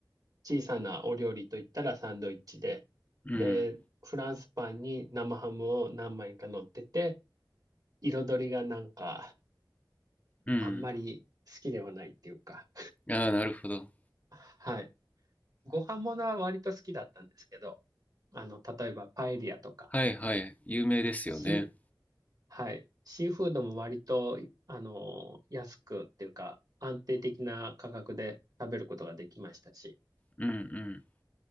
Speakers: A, on the right; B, on the left.
A: 小さなお料理といったらサンドイッチで、
B: うん。
A: で、フランスパンに生ハムを何枚か乗ってて、彩りがなんか、
B: うん。
A: あんまり好きではないっていうか、
B: ああ、なるほど。
A: はい。ご飯ものは割と好きだったんですけど、あの、例えばパエリアとか、
B: はいはい。有名ですよね。
A: し、はい。シーフードも割と、あの、安くっていうか、安定的な価格で食べることができましたし、
B: うん